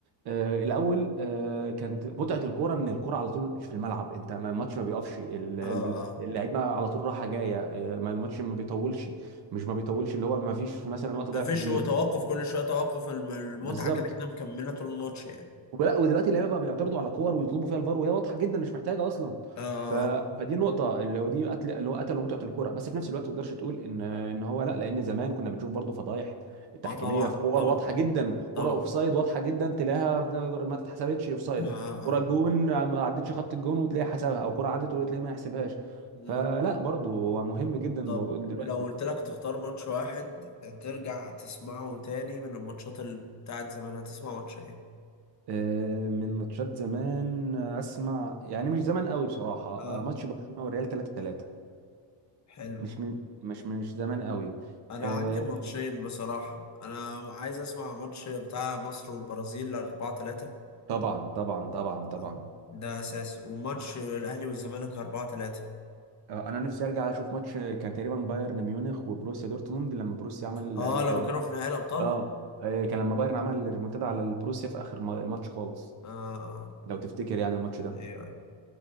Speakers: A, on the right (about 55°); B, on the left (about 35°).
A: آه، الاول آه، كانت متعه الكوره ان الكوره على طول في الملعب انت ما- الماتش ما بيقفش ال- ال-
B: اه اه
A: اللعيبه على طول راحه جايه آه، ما الماتش ما بيطولش مش ما بيطولش اللي هو ما فيش مثلا وقت ضايع
B: ما فيش
A: كتير
B: هو توقف كل شويه توقف الم- المتعه
A: بالظبط
B: كده كده مكمله طول الماتش يعني
A: ولا ودلوقتي اللعيبه بقى بيعترضوا على كور ويطلبوا فيها الفار وهي واضحه جدا مش محتاجه اصلا
B: اه
A: ف... فدي نقطه اللي هو دي قتل اللي هو قتل متعه الكوره بس في نفس الوقت ما تقدرش تقول ان ان هو لا لان زمان كنا بنشوف برضو فضايح تحكيميه
B: اه طبعا
A: في كور
B: طبعا
A: واضحه جدا كره
B: طبعا
A: اوفسايد واضحه جدا تلاقيها ما اتحسبتش اوفسايد
B: اه اه
A: كره
B: آه.
A: جون ما عدتش خط الجون وتلاقي حسبها او كره عدت وتلاقي ما يحسبهاش
B: مم.
A: فلا برضو هو مهم جدا الموضوع
B: طب
A: دلوقتي
B: لو قلت لك تختار ماتش واحد ترجع تسمعه تاني من الماتشات اللي بتاعت زمان هتسمع ماتش ايه
A: آه، من ماتشات زمان آه، اسمع يعني مش زمان قوي بصراحه
B: اه
A: آه، ماتش برشلونه والريال 3-3
B: حلو
A: مش من مش مش زمان قوي
B: انا
A: آه
B: عندي ماتشين بصراحه انا عايز اسمع ماتش بتاع مصر والبرازيل 4 3
A: طبعا طبعا طبعا طبعا
B: اه ده اساسي وماتش الاهلي والزمالك 4 3
A: آه انا نفسي ارجع اشوف ماتش آه، كان تقريبا بايرن ميونخ وبروسيا دورتموند لما بروسيا عمل
B: اه لما كانوا في نهائي الابطال
A: اه آه، آه، كان لما بايرن عمل ريمونتادا على البروسيا في اخر ما- الماتش خالص
B: آه آه.
A: لو تفتكر يعني الماتش ده
B: ايوه ايوه